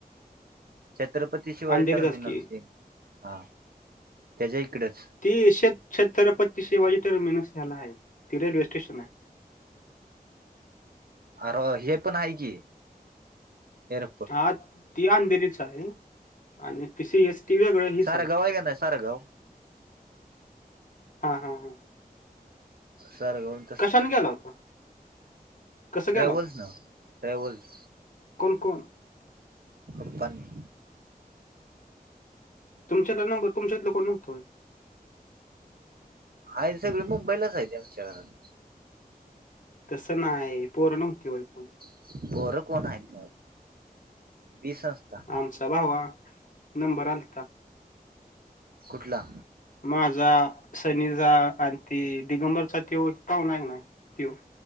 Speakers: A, on the right; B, on the left.
A: छत्रपती शिवाजी
B: अंधेरीचाच
A: तरमीनार
B: की
A: ते. हा तेज्या इकडचं.
B: ती शेत छत्रपती शिवाजी तरमेनस्याला आहे ती रेल्वे स्टेशनाय.
A: अरं हे पण आहे की हेर
B: हा ती अंधेरीच आहे. आणि ति सी एस टी वेगळं हीच
A: सारगाव
B: आहे.
A: का नाही सारगाव
B: हा हा ह.
A: सरगवून
B: कशाने गेला होता? कसं गेला
A: ट्रॅव्हल्स
B: होता
A: नं ट्रॅव्हल्स.
B: कोण कोण?
A: पप्पा अन मी.
B: तुमच्याल नंबर तुमच्यातल कोण नव्हतं होय?
A: हाय सगळी मुंबईलाच आहे आमच्या घरातली.
B: तसं नाही पोर नव्हती वय कोण?
A: पोरं कोण हाईत वीस नसता.
B: आमचा भावा नंबर आलता.
A: कुठला?
B: माझा सनीचा आणि ते दिगंबरचा तो पाहुना हाय का नाय त्यो.